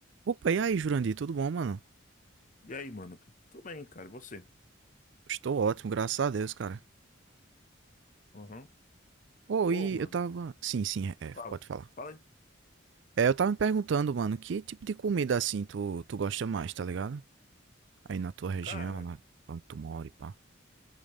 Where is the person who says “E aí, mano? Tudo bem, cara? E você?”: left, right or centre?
Left